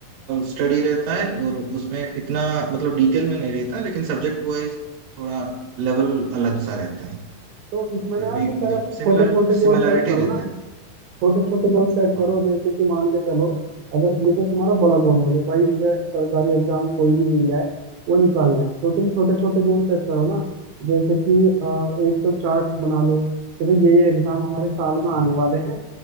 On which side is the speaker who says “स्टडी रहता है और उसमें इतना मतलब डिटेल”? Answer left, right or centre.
Right